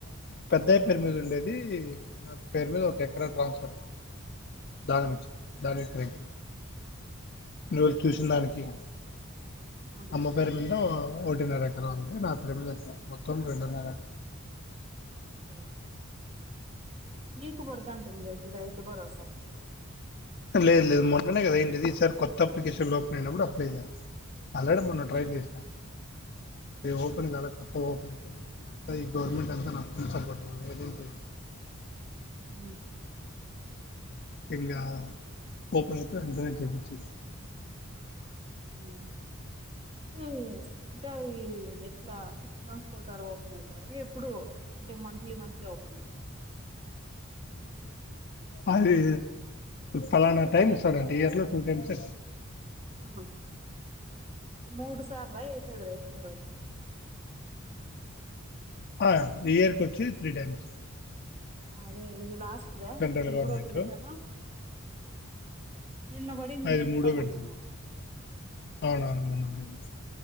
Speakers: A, on the left; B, on the right.
A: పెద్దయ్య పేరు మీద ఉండేది నాకు పేరు మీద
B: ఆహా
A: ఒక ఎకరా ట్రాన్స్ఫర్
B: ఆహా
A: దానం ఇచ్చ దానం <unintelligible> <unintelligible>
B: ఆహా
A: చూసిందానికి
B: ఆహా
A: అమ్మ పేరు మీద ఒకటిన్నర ఎకరం ఉంది నా పేరు మీద ఎకరం మొత్తం రెండున్నర
B: ఓకే ఓకే నీకు పడతంటుందే రైతు భరోసా
A: లేదు లేదు మొన్ననే కదండి తీసేసారు కొత్త అప్లికేషన్లు ఓపెన్ అయినప్పుడు అప్లై చేయాలి ఆల్రెడీ మొన్న
B: ఆహా
A: ట్రై చేసిన ఇవి ఓపెన్ కాలే ఓపెన్ అయితే <inaudible> అదే ఈ గవర్నమెంట్ అంతా
B: ఆహా
A: నాకు పుల్ సపోర్ట్ ఉంది వేరేది చేశాను
B: ఊ
A: ఇంగా ఓపెన్ ఐతే వెంటనే చేపిచ్చేసేయ్
B: ఉ అంటే అంటే అవి ఎట్లా సిక్స్ మంత్స్ ఒకసారి ఓపెన్ అయితాయ ఎప్పుడు అంటే మంత్లీ మంత్లీ ఓపెన్ అవుతాయ
A: అది ఫలానా టైమ్ ఇస్తాడండి ఇయర్ లో టూ టైమ్స్
B: ఆహ మూడు సార్ల ఎసేది భరోసా
A: ఆ ఇయర్కి వచ్చి త్రీ టైమ్స్
B: అదే ఇది లాస్ట్ అదే
A: సెంట్రల్
B: ఇది మూడో
A: గవర్నమెంట్
B: విడతనా నిన్న బడింది
A: అది
B: నిన్ననో
A: మూడో
B: మొన్ననో
A: పెడతాను అవునవును మొన్న పడింది